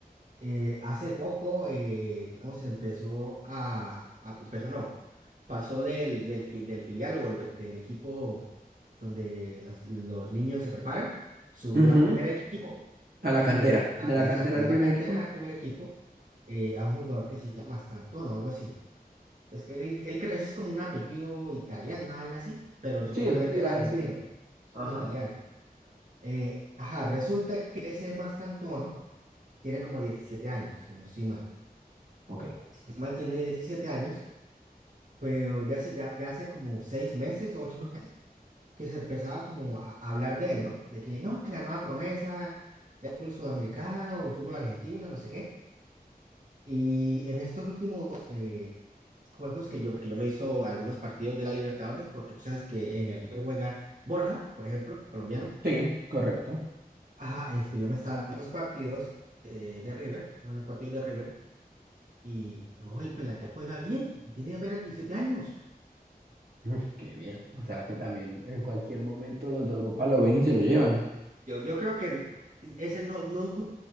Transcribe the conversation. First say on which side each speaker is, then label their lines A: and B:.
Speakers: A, on the right; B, on the right.
A: eh, hace poco, eh, digamos, empezó a, a- empezó no, pasó del, del, fi- del filial o del del equipo donde las- los niños se preparan, subió
B: ujú.
A: al primer equipo,
B: A la
A: eh,
B: cantera,
A: a-
B: de la
A: exacto,
B: cantera al
A: de
B: primer
A: la cantera
B: equipo.
A: al primer equipo, eh, a un jugador que se llama Santón o algo así. Es que él, él creo es como un apellido italiano, una vaina así, pero supuestamente
B: Sí, eso te iba
A: él es argentino.
B: a decir.
A: Es
B: Ajá.
A: como italiano. Eh, ajá, resulta que ese Mastantuono tiene como 17 años, si no estoy mal.
B: Ok.
A: Si no estoy mal, tiene 17 años, pero ya hace, ya, ya hace como 6 meses o 8 meses que se empezaba como a, a hablar de él, ¿no? De que no, que la nueva promesa del fútbol sudamericano o el fútbol argentino, no sé qué. Y en estos últimos... eh, juegos que yo, porque yo me hizo algunos partidos de la Libertadores, porque tú sabes que en el River juega Borja, por ejemplo, colombiano.
B: Sí, correcto.
A: Ajá, este, yo me estaba en los partidos eh, de River, en los partidos de River, y no, el pelado juega bien, y tiene apenas 17 años.
B: Mm, Qué bien. O sea que también en cualquier momento los de Europa lo ven y se lo llevan.
A: Yo, yo creo que ese no, no duró